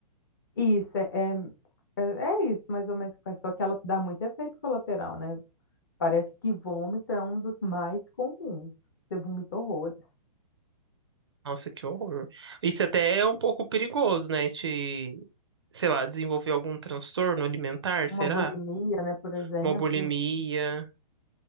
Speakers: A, on the left; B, on the right.
A: Isso, é, é, é é isso mais ou menos que faz, só que ela dá muito efeito colateral, né? Parece que vômito é um dos mais comuns. Você vomita horrores.
B: Nossa, que horror. Isso até é um pouco perigoso, né? Te, sei lá, desenvolver algum transtorno alimentar,
A: Uma
B: será?
A: bulimia, né, por exemplo.
B: Uma bulimia,